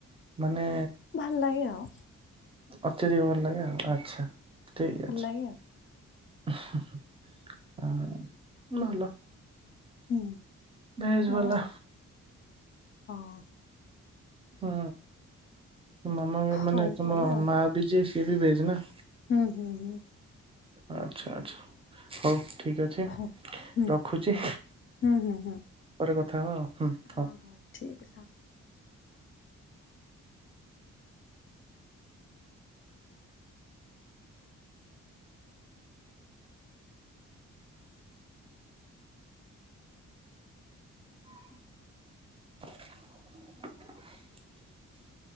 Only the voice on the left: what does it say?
ଭଲ ଲାଗେ ଆଉ।
ଭଲ
ଲାଗେ ଆଉ
ହୁଁ
ଏୟା
ଆଉ ହଁ।
ହଉ
ତାହେଲେ ଆଉ
ହୁଁ ହୁଁ ହୁଁ।
ହଁ
ହୁଁ
ହୁଁ ହୁଁ ହୁଁ
ହଁ
ହଁ ଠିକ୍ ସା ଉ।